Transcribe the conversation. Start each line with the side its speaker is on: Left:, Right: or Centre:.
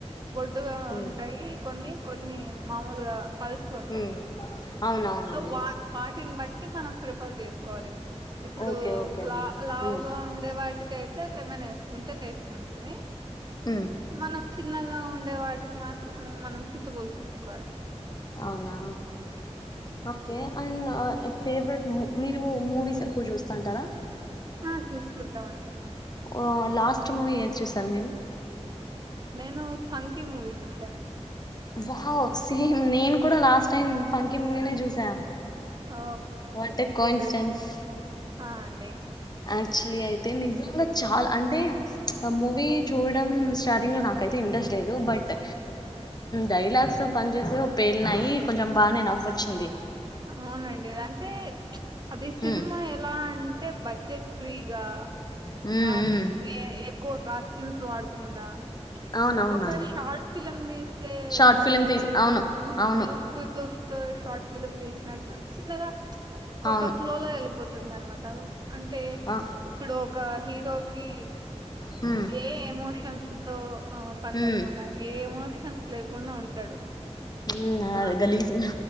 Right: బొడ్డుగా
Left: ఉమ్
Right: ఉంటాయి కొన్ని కొన్ని మామూలుగా పల్సపి ఉంటాయ్.
Left: ఉమ్ అవునవునండి
Right: సో వా వాటిని బట్టి మనం ప్రిఫర్ జేసుకోవాలే. ఇప్పుడు
Left: ఓకే ఓకే అండి
Right: లా లావుగా
Left: ఉమ్
Right: ఉండే వాటికి అయితే లెమన్ ఏసుకుంటే టేస్ట్ ఉంటుంది.
Left: ఉమ్
Right: మనం చిన్నగా ఉండే వాటికి మాత్రం మనం చింత పోల్స్ పెండుకోవాలే.
Left: అవునా ఓకే అండ్ ఫేవరెట్ మీరు మూవీస్ ఎక్కువ చూస్తుంటారా.
Right: ఆ చూస్తుంటావండే
Left: ఓ లాస్ట్ మూవీ ఏద్ చూసారు మీరు
Right: నేను ఫంకి మూవీ జూస్
Left: వావ్ సేమ్ నేన్ కూడా లాస్ట్ టైం ఫంకి మూమీనే జూసా.
Right: Oh
Left: what a coincidence.
Right: great ఆ అండే.
Left: ఆక్చులీ అయితే నిజంగా చాలా అంటే మూవీ చూడడం స్టార్టింగ్ లో నాకైతే ఇంట్రెస్ట్ లేదు బట్ డైలాగ్స్ పని చేసో పేలినాయి కొంచెం బానే నవ్వోచ్చింది
Right: అవునండి అంటే అది సినిమా
Left: హ్మ్
Right: ఎలా అంటే బ బడ్జెట్ ఫ్రీగా
Left: హ్మ్
Right: ఆ
Left: హ్మ్
Right: ఎక్కువ కాస్ట్యూమ్స్ వాడకుండా
Left: అవునవునండి
Right: ఒక షార్ట్ ఫిలిం తీస్తే
Left: షార్ట్
Right: ఎలా
Left: ఫిలిం
Right: ఉంటది
Left: తీసి అవును
Right: ఉమ్
Left: అవును
Right: న్యూ పీపుల్స్ తో షార్ట్ ఫిలిమ్ తీసినట్టు చిన్నగా
Left: అవును
Right: ఒక ఫ్లోలో వెళ్ళిపోతుంది అన్నమాట ట అంటే
Left: ఆ
Right: ఇప్పుడు ఒక హీరోకీ
Left: హ్మ్
Right: ఏ ఎమోషన్స్ తో పని
Left: హ్మ్
Right: లేకుండా ఏ ఎమోషన్స్ లేకుండా ఉంటాడు
Left: ఉమ్
Right: ఆహ్,
Left: గలీజ్